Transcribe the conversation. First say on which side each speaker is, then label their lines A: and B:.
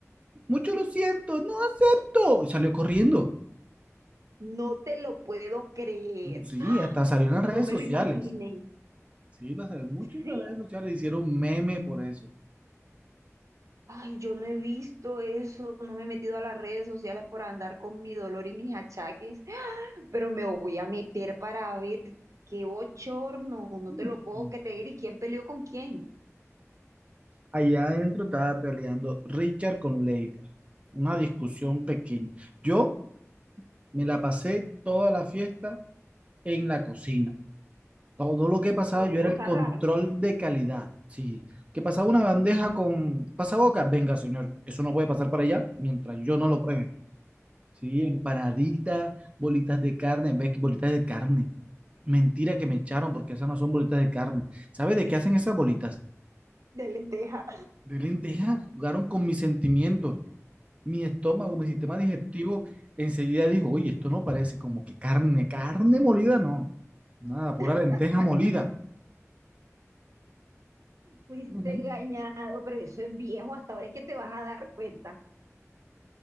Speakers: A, on the right; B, on the right.
A: Mucho lo siento, no acepto. Y salió corriendo.
B: no te lo puedo creer,
A: Sí, hasta salió en
B: no
A: las redes
B: me
A: sociales.
B: lo imaginé.
A: Sí, la salió mucho en
B: Sí,
A: las redes sociales. Hicieron meme por eso.
B: Ay, yo no he visto eso, no me he metido a las redes sociales por andar con mi dolor y mis achaques, pero me voy a meter para ver qué bochorno, no
A: Mm.
B: te lo puedo creer, y quién peleó con quién.
A: Allá adentro estaba peleando Richard con Leiter. Una discusión pequeña. Yo. Me la pasé toda la fiesta en la cocina. Todo lo que pasaba,
B: Una
A: yo era
B: cosa
A: el control
B: rara
A: de calidad. Sí, que pasaba una bandeja con pasabocas. Venga, señor, eso no puede pasar para allá mientras yo no lo pruebe. Sí, empanaditas, bolitas de carne. ¿Ves que bolitas de carne? Mentira que me echaron porque esas no son bolitas de carne. ¿Sabes de qué hacen esas bolitas?
B: de lenteja.
A: De lenteja. Jugaron con mis sentimientos, mi estómago, mi sistema digestivo. Enseguida dijo, oye, esto no parece como que carne, carne molida, no. Nada, pura
B: <laughs>
A: lenteja molida.
B: Fuiste
A: Ujú.
B: engañado, pero eso es viejo, hasta ahora es que te vas a dar cuenta.